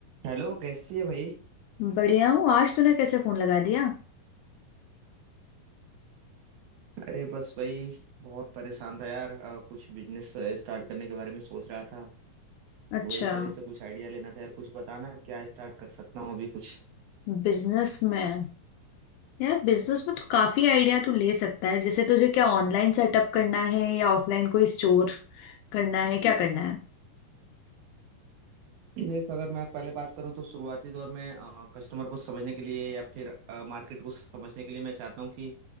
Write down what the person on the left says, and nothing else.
बढ़िया हूँ आज तूने कैसे फोन लगा दिया
अच्छा
बिजनेस में यार बिजनेस में तो काफी आइडिया तू ले सकता है जैसे तुझे क्या ऑनलाइन सेटअप करना है या ऑफलाइन कोई स्टोर करना है क्या करना है